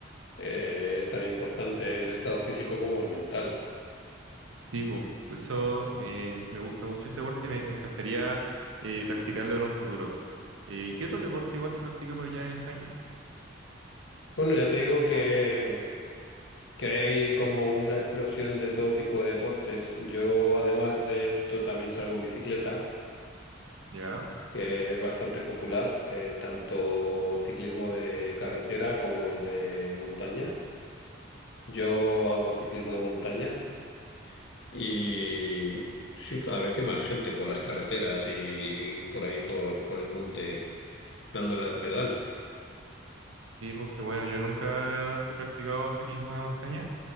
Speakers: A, on the left (about 65°); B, on the right (about 85°).
A: eh, es tan importante el estado físico como el mental.
B: Sí, po. Por eso eh, me gusta mucho ese deporte y me, me encantaría eh, practicarlo en un futuro. Eh, ¿qué otro deporte igual se practica por allá en España?
A: Bueno, ya te digo que, que hay como una explosión de todo tipo de deportes. Yo, además de esto, también salgo en bicicleta,
B: Ya,
A: que es bastante popular, eh, tanto ciclismo de carretera como el de montaña. Yo hago ciclismo de montaña y sí, cada vez hay más gente por las carreteras y por ahí, por, por el monte, dándole al pedal.
B: sí, porque bueno, yo nunca he practicado ciclismo de montaña,